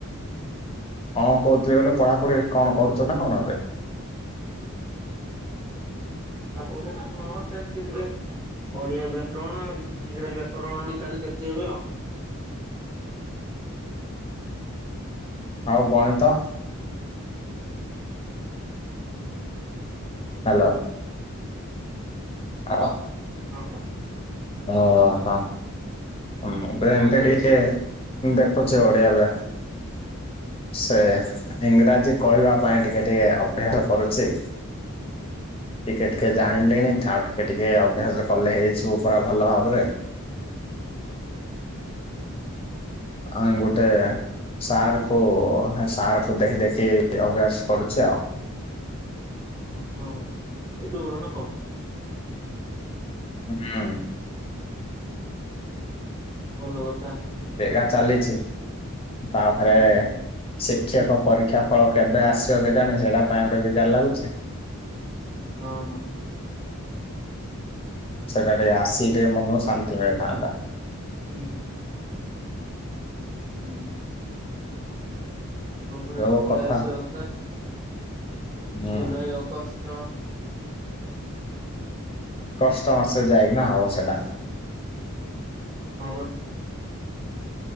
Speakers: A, on the left (about 25°); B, on the right (about 15°).
A: କଁ କହୁଥିଲି ଗଲେ ପଢାପଢି କଣ କରୁଚ ନା କଣ ଏବେ।
B: ପଢ଼ା ପାଢ଼ୀ ହଁ ଚାଲଚି ଟିକେ ଓଡିଆ ବ୍ୟାକରଣ ଆଉ ଇଂରାଜୀ ବ୍ୟାକରଣ କାଲି ଦେଖି ହେବେ ଆଉ
A: ଆଉ ଗଣିତ, ହାଲୋ। ହଁ,
B: ହଁ,
A: ଓ ହ ମୁ ତ ଏମତି
B: କଣ ଚାଲିଛି
A: ଟିକେ ଦେଖୁଚି ଓଡିଆ ବା ସେ ଇଂରାଜୀ କହିବା ପାଇଁ ଟିକେ ଟିକେ ଅଭ୍ୟାସ କରୁଚି ଟିକେ ଟିକେ ଜାଣିଲେଣି ଆଉ ଟିକେ ଟିକେ ଅଭ୍ୟାସ କଲେ ହେଇଛିବ ପା ଭଲ ଭାବରେ। ଆଂ ଗୋଟେ ସାର୍ କୁ ସାର୍ କ ଦେଖି ଦେଖି ଅଭ୍ୟାସ କରୁଛି ଆଉ। <unintelligible>
B: ଓ ହ ଉଟ ଉଲ ନା କଣ?
A: ହଁ।
B: ଭଲ କଥା।
A: କିଆ ଚାଲିଛି ତାପରେ
B: ହୁଁ ହୁଁ।
A: ଶ ଶିକ୍ଷକ ପରୀକ୍ଷା ଫଳ କେବେ ଆସିବ କେ ଜାଣି ସେଟା ପାଇଁ ଗୋଟେ ବି ଜାର ଲାଗୁଛି।
B: ହଁ ହ।
A: ସେଟା ଟିକ ଆସିିକେ ମନ ଶାନ୍ତି ମିଳିଥାନ୍ତା।
B: ହୁଁ। ହୁଁ। ହଁ ପରା
A: ଯୋଉ
B: ପଳେଇ
A: କଥା
B: ଆସିକଥା।
A: ହୁଁ।
B: ଜୁଲାଇ ଅଗଷ୍ଟ
A: କଷ୍ଟ ମାସଛେ ଯାଇକି ନା ହବ ସେଟା
B: ହ।